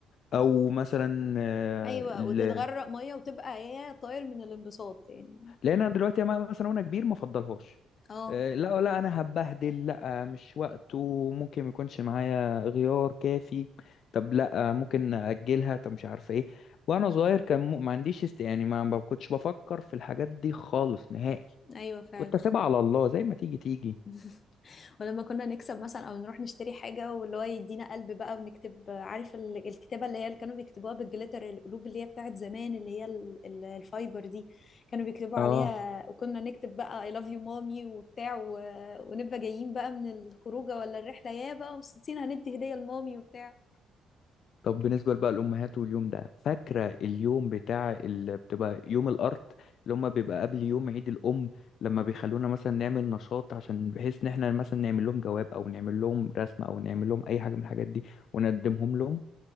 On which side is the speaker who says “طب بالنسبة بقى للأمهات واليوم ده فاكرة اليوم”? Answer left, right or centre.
Left